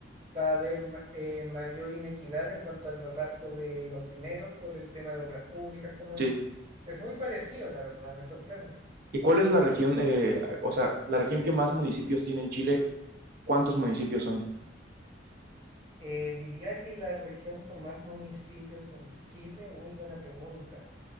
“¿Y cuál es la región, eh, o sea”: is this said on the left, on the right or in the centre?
Right